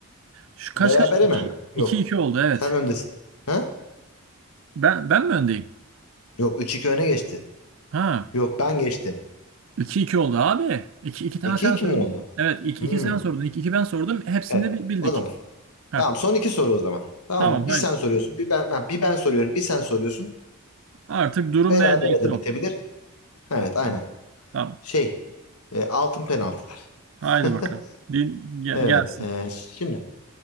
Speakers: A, on the right; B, on the left.
A: şu kaç
B: Berabere
A: kaç 2
B: mi? Yok.
A: 2 oldu evet.
B: Sen öndesin. Ha?
A: Ben ben mi öndeyim?
B: Yok üç iki öne geçtin.
A: Ha.
B: Yok ben geçtim.
A: iki iki oldu abi. iki 2 tane
B: 2
A: sen
B: iki
A: sordun.
B: mi oldu?
A: Evet, iki
B: Hmm.
A: iki sen sordun, iki iki ben sordum. Hepsini
B: Evet.
A: de bi- bildik.
B: O zaman.
A: Ha.
B: Tamam son iki soru o zaman. Tamam
A: Tamam,
B: mı? bir
A: haydi.
B: sen soruyorsun. Bir ben, ha, bir ben soruyorum. Bir sen soruyorsun.
A: Artık durum
B: Berabere
A: nerede neyse
B: de bitebilir.
A: o.
B: Evet aynen.
A: Tamam. Tamam.
B: Şey e, altın penaltılar.
A: Haydi
B: <laughs>
A: bakalım. Din, ge-
B: Evet
A: gelsin.
B: e, şimdi